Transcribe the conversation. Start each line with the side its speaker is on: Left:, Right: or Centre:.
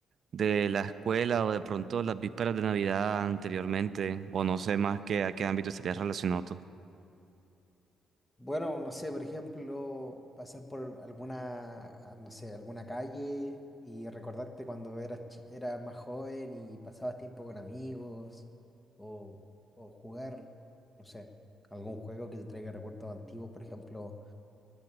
Right: de la escuela o de pronto las vísperas de Navidad anteriormente, o no sé más que a qué ámbito estarías relacionado tú.
Left: Bueno, no sé, por ejemplo, pasar por alguna, ah, no sé, alguna calle y recordarte cuando eras, chi- eras más joven y pasabas tiempo con amigos o, o jugar, no sé, algún juego que te traiga recuerdos antiguos, por ejemplo,